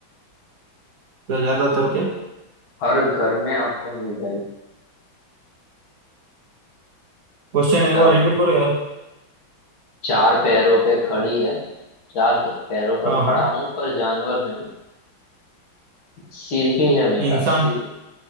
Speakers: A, on the right; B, on the left.
A: क्या ज्यादातर के
B: हर घर में आपको मिल जाएगी
A: क्वेश्चन एक
B: ज्यादा
A: बार रिपीट करो यार
B: चार पैरों पे खड़ी है चार खे- पैरों पर
A: हाँ
B: खड़ा
A: हाँ
B: हूं पर जानवर नहीं सिर भी है मेरा
A: इंसान
B: सिर